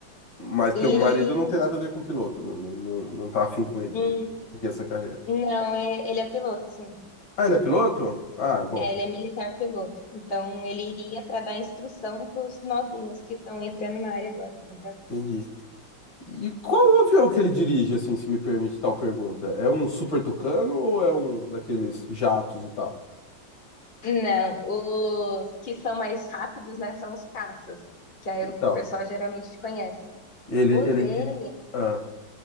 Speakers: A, on the left; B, on the left.
A: Mas teu
B: E
A: marido não tem nada a ver com piloto, não, não, não, não tá afim com
B: hum,
A: de seguir essa carreira.
B: Não, é- ele é piloto, sim.
A: Ah, ele é piloto? Ah, bom,
B: É, ele é militar piloto. Então, ele iria para dar instrução para os novinhos que estão entrando na área agora, entendeu?
A: entendi. E qual o avião que ele dirige, assim, se me permite tal pergunta? É um Super Tucano ou é um daqueles jatos e tal?
B: Não, os que são mais rápidos, né, são os caças, que aí
A: Então,
B: o pessoal geralmente conhece.
A: ele,
B: O
A: ele
B: dele,
A: dirige... Ah,